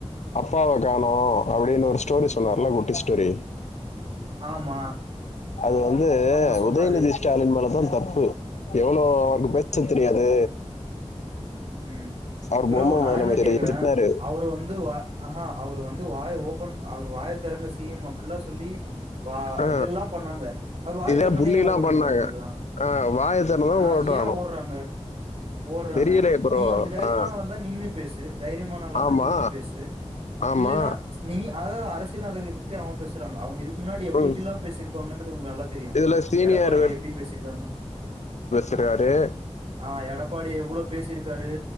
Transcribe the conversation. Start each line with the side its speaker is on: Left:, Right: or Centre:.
Left: அப்பாவை காணோ அப்படின்னு ஒரு ஸ்டோரி சொன்னருலா குட்டி ஸ்டோரி
Right: ஆமா
Left: அது வந்து
Right: ஆமா சொன்னாரு.
Left: உதயநிதி ஸ்டாலின் மேலதான்
Right: ம்,
Left: தப்பு எவ்வளவு அவருக்கு பேச தெரியாது
Right: உம்
Left: அவர்
Right: ப்ரோ
Left: பொம்ம
Right: நான்
Left: முதலமைச்சர்
Right: என்ன கேக்குறேன்
Left: திட்னாரு
Right: அவரு வந்துஹ அவரு வந்து வாய் ஓபன் அவர் வாய திறங்க செய்யும் அப்படின்ல்லாம் சொல்லி வா
Left: ஆ
Right: இதெல்லாம் பண்ணாங்க அவர் வாய
Left: இதே
Right: தந்தனே
Left: புல்லிலா
Right: என் ஒரு
Left: பண்ணாங்க
Right: ங்க நீங்க எல்லாம்
Left: ஆ வாய திறந்தா
Right: ஆஹ
Left: ஓட்றானு
Right: ஏன் ஓடுறாங்க ஓடுறாங்க
Left: தெரியலையே ப்ரோ
Right: நீ அப்படி தைரியமானாலள
Left: ஆ
Right: இருந்தான் நின்னு பேசு தைரியமானளம்ந்தான்
Left: ஆமா
Right: நின்னு பேசு
Left: ஆமா
Right: இல்லைன்னா நீ அதாவது அரசியல் நகரக்கத்தை பத்தி அவங்க பேசுறாங்க அவங்க இதுக்கு முன்னாடி எப்படி
Left: ம்
Right: எப்படிலாம் பேசிருப்பாங்கன்றது உங்களுக்கு நல்லா தெரியும்
Left: இதுல சீனியர்
Right: எடப்பாடி ஐயா எப்படி பேசிருக்காங்க
Left: குறாரு
Right: ஆஹ் எடப்பாடி எவ்வளோ பேசியிரு இருக்காரு